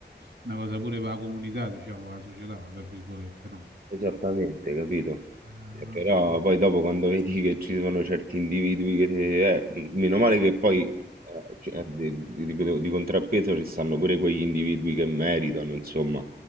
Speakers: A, on the right (about 75°); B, on the right (about 50°).
A: una cosa pure per la comunità, diciamo, per la società, tra virgolette, no?
B: Esattamente, capito?
A: Eh,
B: Eh, Però poi dopo quando vedi che ci sono certi individui che te- eh, m- meno male che poi eh, ci- eh, di, di- di contrappeso ci stanno pure quegli individui che meritano, insomma,